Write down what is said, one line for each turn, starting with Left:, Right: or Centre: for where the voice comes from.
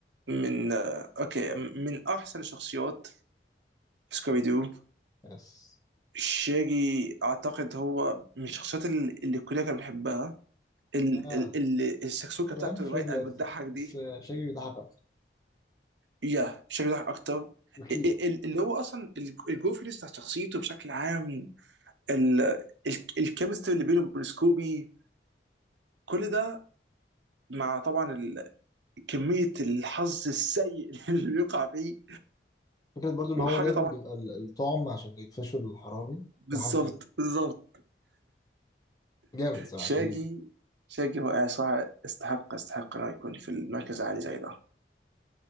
Right: من آه، اوكي من احسن الشخصيات في سكوبي دو
Left: بس
Right: شيري اعتقد هو من الشخصيات ال- اللي الكليه كانت بتحبها ال-
Left: آه
Right: ال- ال- السكسوكه
Left: كنت
Right: بتاعته
Left: بحب فريدي
Right: الرايقه بتضحك
Left: أكتر
Right: دي
Left: بس آه، شاجي بيضحك أكتر
Right: يا شيري ضحك اكتر
Left: بكتير
Right: ال- ال- اللي هو اصلا ال- الجوفينس بتاع شخصيته بشكل عام ال- ال- الكيمستري اللي بينه وبين سكوبي كل ده مع طبعا ال- كميه الحظ السيء <laughs> اللي بيقع فيه
Left: فكرة برضو
Right: وحاجه
Left: إن هو دايما
Right: طبعا
Left: بيبقى ال- الطعم عشان يقفشوا الحرامي
Right: بالظبط
Left: ضحكني أوي.
Right: بالظبط
Left: جامد صراحة
Right: شاجي
Left: شاجي
Right: شاجي رائع صراحه استحق استحق انه يكون في المركز العالي زي ده